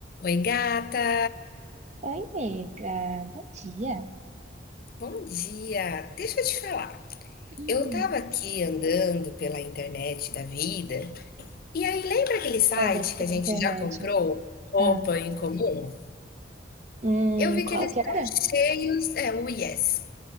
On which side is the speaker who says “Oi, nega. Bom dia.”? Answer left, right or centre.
Right